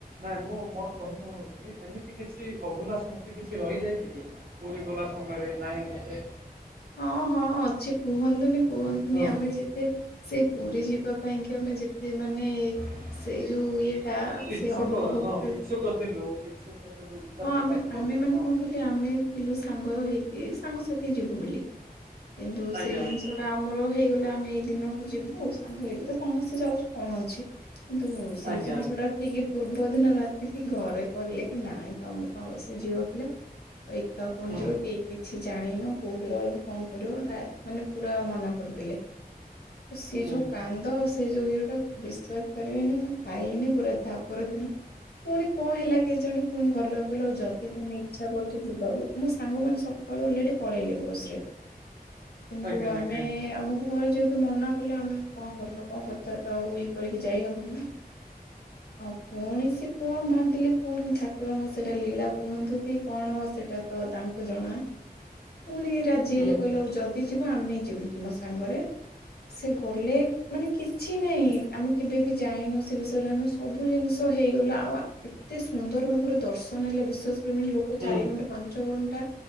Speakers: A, on the right; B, on the left.
A: ନାଇଁ ମୁଁ ମୋର କହିବା ହେଉଚି ଏମିତି କିଛି ଅଭୁଲା ସ୍ମୃତି କିଛି ରହିଯାଇଚି ପୁରୀ ଗଲା ସମୟରେ ନାହିଁ ମୋତେ
B: ହଁ ହଁ ଅଛି କୁହନ୍ତୁନି କୁହନ୍ତୁନି
A: ହଁ
B: ଆମେ ଯେବେ ସେ ପୁରୀ ଯିବୁ ଯିବା ପାଇଁ କି ଆମେ ଯେତେ ମାନେ
A: <inaudible>
B: ସେଇ ଯୋଉ ଇଏଟା
A: ଇଛୁକ
B: ସେ ଅନୁଭବଟା
A: ହଁ ଇଛୁକ ଥିଲୁ ଇଛୁକ ଥିଲୁ। ଇଚ୍ଛା
B: ହଁ
A: ପ୍ରକାଶ
B: ଆମେ
A: କରୁଥିଲୁ
B: ଆମେ ମାନେ
A: ହଁ।
B: କଣ କହିଲେ ଆମେ ଥିଲୁ ସାଙ୍ଗ ହେଇକି ସାଙ୍ଗସାଥି ଯିବୁ ବୋଲି। କିନ୍ତୁ
A: ଆଜ୍ଞା
B: ସେଇ ଜିନିଷ
A: ଆଜ୍ଞା
B: ଟା ଆ ଆମର ହେଇଗଲା ଆମେ ଏଇ ଦିନକୁ ଯିବୁ ସାଙ୍ଗ ହେଇକି ତ ସମସ୍ତେ ଯାଉଚୁ କଣ ଅଛି। କିନ୍ତୁ ସେଇ
A: ଆଜ୍ଞା
B: ଜିନିଷ
A: ଆଜ୍ଞା
B: ଟା ଠିକ ପୂର୍ବ ଦିନ ରାତିକି ଘରେ କହିଲେ କି ନାଇଁ ତମେ ସମସ୍ତେ ଝିଅ ପିଲା ଆଉ ଏକା କଣ
A: ହୁଁ
B: ଯିବ କି? କିଛି ଜାଣିନ କୋଉଠି ରହିବ କଣ କରିବ ଆ ମାନେ ପୁରା ମନା କରିଦେଲେ। ସେ
A: ହୁଁ
B: ଯୋଉ
A: ହୁଁ।
B: କାନ୍ଦ ଆଉ ସେ ଯୋଉ ଇଏଟା ବିଶ୍ଵାସ କରିବେନି ମୁଁ ଖାଇନି ପୁରା ତା ପରଦିନ ପୁଣି କଣ ହେଲା କେଜାଣି ଘର୍ ଲୋକ କହିଲ ଆଉ ଯଦି ତମେ ଇଛା କରୁଛ ଯିବାକୁ ମୋ ସାଙ୍ଗମାନେ ସକାଳୁ ଅଲରେଡି ପଳେଇଲେ ବସ ରେ। କିନ୍ତୁ
A: ଆଜ୍ଞା ଆଜ୍ଞା
B: ଆମେ ଆମକୁ ଘରେ ଯେ ତୁ ମନା କଲେ ଆମେ କଣ ଭଲ କଣ କଥା ବାର୍ତା ଆଉ ଇ କରିକି ଯାଇହବନିନା ଆଉ। ପୁଣି ସେ କଣ ଭାବିଲେ ପୁଣି ଠାକୁରଙ୍କୁ ସେଇଟା ଲୀଳା। କୁହନ୍ତୁ କି କଣ ସେଟା ତ ତାଙ୍କୁ ଜଣା ପୁଣି ରାଜି
A: ହୁଁ
B: ହେଲେ
A: ହୁଁ
B: କହିଲେ ହଉ ଯ ଦି ଯିବ ଆମେ ଯିବୁ ତୁମ ସାଙ୍ଗରେ। ସେ ଗଲେ ମାନେ କିଛି ନାହିଁ ଆମେ କେବେ ବି ଯାଇନୁ ସେ ବିଷୟରେ ଜାଣିନୁ ସବୁ ଜିନିଷ ହେଇଗଲା ଆଉ ଏତେ ସୁନ୍ଦର ଭାବରେ ଦର୍ଶନ ହେଲା ବିଶେଷ କରି ମାନେ ଲୋକ
A: ହୁଁ
B: ଚାରି ଘଣ୍ଟା ପାଞ୍ଚ ଘଣ୍ଟା